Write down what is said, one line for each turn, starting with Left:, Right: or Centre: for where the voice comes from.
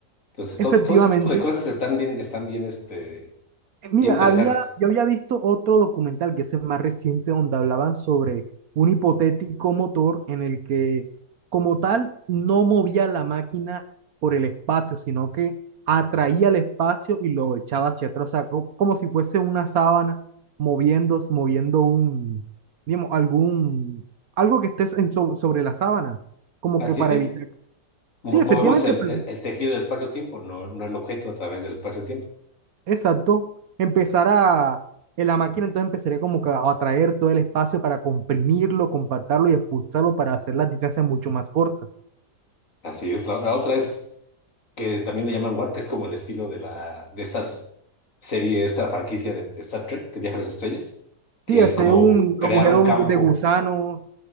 Left: Entonces,
Right: efectivamente.
Left: to- todo ese tipo de cosas están bien, están bien, este,
Right: Mira,
Left: bien interesantes.
Right: había, yo había visto otro documental que es el más reciente donde hablaban sobre un hipotético motor en el que como tal no movía la máquina por el espacio, sino que atraía el espacio y lo echaba hacia atrás, o sea, co- como si fuese una sábana moviendo, moviendo un, digamos, algún, algo que esté en so- sobre la sábana, como
Left: Así
Right: que para
Left: es, sí.
Right: evitar. Sí,
Left: Mo- Movemos
Right: efectivamente,
Left: el,
Right: pues,
Left: el- el tejido del espacio-tiempo, no, no el objeto a través del espacio-tiempo.
Right: Exacto. Empezar a, en la máquina entonces empezaría como que a atraer todo el espacio para comprimirlo, compactarlo y expulsarlo para hacer las distancias mucho más cortas.
Left: Así es. La, la otra es que también le llaman Warp, que es como el estilo de la, de estas serie, esta franquicia de, de Star Trek, de Viaje a las Estrellas, que
Right: Sí, hacer
Left: es como
Right: un
Left: crear
Right: agujero
Left: un campo,
Right: de gusano